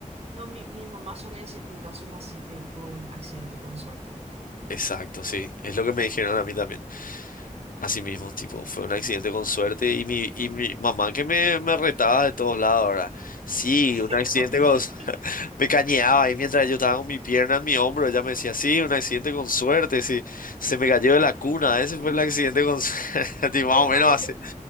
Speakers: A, on the right (about 50°); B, on the left (about 85°).
A: No, mi, mi mamá suele decir por casos así que fue un accidente con suerte.
B: Exacto, sí. Es lo que me dijeron a mí también. Así mismo, tipo, fue un accidente con suerte y mi, y mi mamá que me, me retaba de todos lados, ¿verdad? Sí,
A: <laughs>
B: un accidente
A: También.
B: con... <laughs> Me cañeaba y mientras yo estaba con mi pierna en mi hombro, ella me decía, sí, un accidente con suerte, sí, se me cayó de la cuna, ese
A: Mm,
B: fue el accidente con suerte, <laughs> y más
A: Me
B: o
A: parece.
B: menos así.